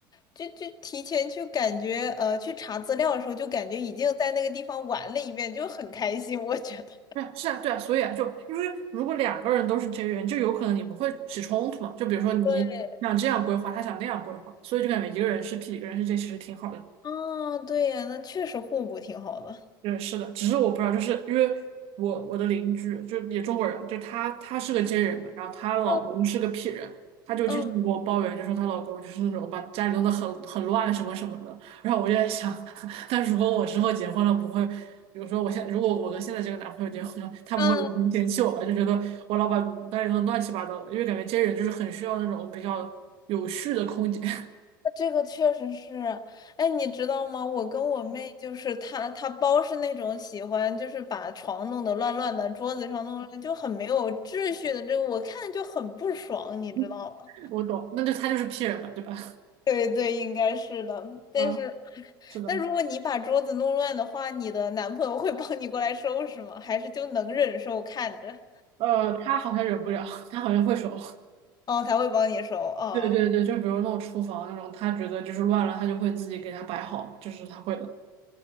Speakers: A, on the left (about 35°); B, on the right (about 55°).
A: 就就提前去感觉，呃，去查资料的时候就感觉已经在那个地方玩了一遍，就很开心，我觉得。
B: 对，是啊，对啊，所以啊，就因为如果两个人都是 J 人，就有可能你们会起冲突嘛。就比如说你想这样规划，
A: 对，
B: 他想那样规划，所以就感觉一个人是 P，一个人是 J，其实挺好的。
A: 啊，对呀，那确实互补挺好的。
B: 对，是的，只是我不知道，就是因为我我的邻居就也中国人，就她她是个 J 人嘛，然后她老公是个
A: 嗯
B: P 人，她就经常给我抱怨，
A: 嗯
B: 就说她老公就是那种把家里弄得很很乱什么什么的。然后我就在想，<laughs> 那如果我之后结婚了，不会，比如说我现如果我跟现在这个男朋友结婚了，他不会有人嫌弃我吧？
A: 嗯。
B: 就觉得我老把家里弄得乱七八糟的，因为感觉 J 人就是很需要那种比较有序的空间。
A: 这个确实是，哎，你知道吗？我跟我妹就是她，她包是那种喜欢，就是把床弄得乱乱的，桌子上弄乱，就很没有秩序的。这个我看着就很不爽，你知道吗？
B: <laughs> 我懂，那就他就是 P 人嘛，对吧？<laughs>
A: <laughs> 对对，应该是的。但是，
B: 啊，是的。
A: 那如果你把桌子弄乱的话，你的男朋友会帮你过来收拾吗？还是就能忍受看着？
B: 呃，他好像忍不了，他好像会手。<laughs>
A: 哦，他会帮你收。哦
B: 对对对，就比如那种厨房那种，他觉得就是乱了，他就会自己给他摆好，就是他会的。